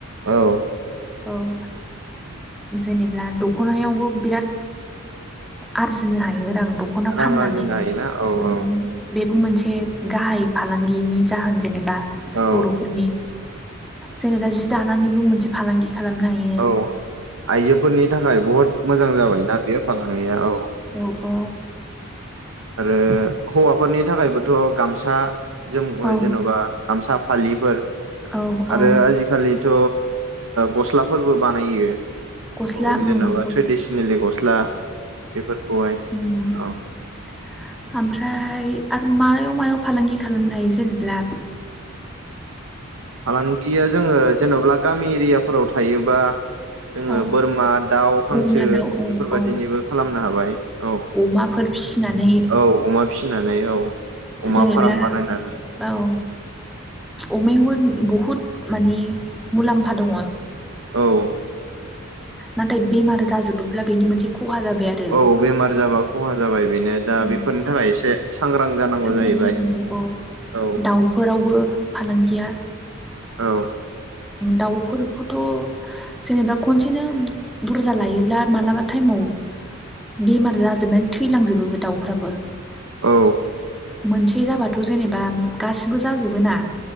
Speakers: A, on the right; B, in the centre.
A: औ
B: औ
A: <inaudible>
B: जेनेब्ला दख'नायावबो बिराद आरजिनो हायो रां दख'ना
A: रां
B: फाननानै
A: आरजिनो हायोना औ
B: उम
A: औ
B: बेबो मोनसे गाहाय फालांगिनि जाहोन जेनेबा
A: औ
B: बर'फोरनि जेनेबा जि दानानैबो मोनसे फालांगि खालामनो हायो
A: औ। आइजोफोरनि थाखाय बहुद मोजां ना जाबायना बे फालांगिया? औ
B: औ
A: ओ हौवाफोरनि थाखायबोथ' गामसा जोम‌
B: औ
A: जेन'बा गामसा फालिफोर
B: औ औ
A: आरो आजिखालिथ' गस्लाफोरबो बानायो।
B: गस्ला
A: अब
B: उम
A: जेन'बा
B: औ
A: ट्रेडिसनेेली गस्ला बेफोरखौहाय
B: उम
A: औ
B: <inaudible> ओमफ्राय आरो मायाव मायाव फालांगि खालामनो हायो जेनब्ला?
A: फालांगिया जोङो जेन'बा गामि एरियाफोराव थायोबा जोङो
B: औ
A: बोरमा, दाउ, हांसो
B: बोरमा दाउ औ
A: बेफोरबादिनिबो
B: औ
A: खालामनो हाबाय। औ
B: अमाफोर फिसिनानै
A: औ अमा फिनानै औ। अमा
B: जेनेब्ला
A: फार्म बानायनानै
B: औ अमायावबो बहुद माने मुलाम्फा दङ ।
A: औ
B: नाथाय बेमार जाजोबोब्ला बेनि मोनसे खहा जाबाय आरो
A: औ बेमार जाबा खहा जाबाय बेनो दा
B: औ
A: बेफोरनि थाखाय एसे सांग्रां जानांगौ
B: सांग्रां
A: जाहैबाय
B: जानांगौ
A: औ
B: दाउफोरावबो फालांगिया
A: औ
B: दाउफोरखौथ' जेनेबा खनसेनो बुरजा बुरजा लायोब्ला मालाबा टाइमाव बेमार जाजोबनानै थैलांजोबो दाउफ्राबो
A: औ
B: मोनसे जाबाथ' जेनेबा गासिबो जाजोबो ना